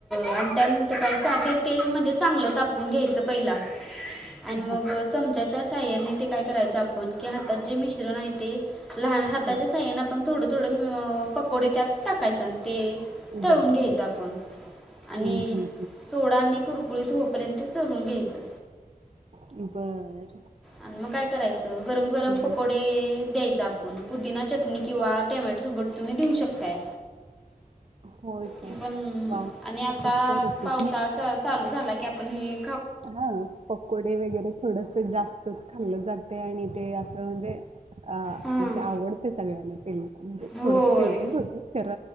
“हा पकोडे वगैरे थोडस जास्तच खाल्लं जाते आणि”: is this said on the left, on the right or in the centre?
Right